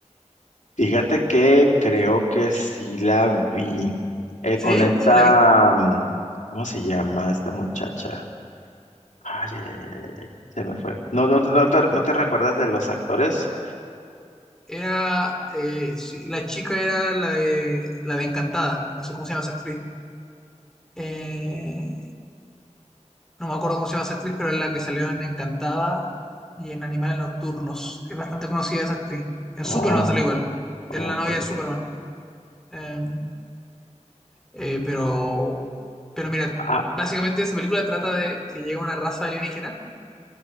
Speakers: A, on the left; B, in the centre.
A: fíjate que creo que sí la vi. Eh,
B: ¿Sí?
A: con esta,
B: ¿Sí la viste?
A: mm, ¿cómo se llama esta muchacha? Ay, ay, ay, ay, ay, ay, se me fue. No, no, no te, no te recuerdas de los actores.
B: Era, eh, sí, la chica era la de, la de Encantada. No sé cómo se llama esa actriz. Eh, No me acuerdo cómo se llama esa actriz, pero es la que salió en Encantada y en Animales Nocturnos. Es bastante conocida esa actriz. En
A: Oh,
B: Superman sale igual. Es
A: ok.
B: la novia de Superman. Eh, eh, pero, pero mira,
A: Ah,
B: básicamente esa película trata de que llega una raza alienígena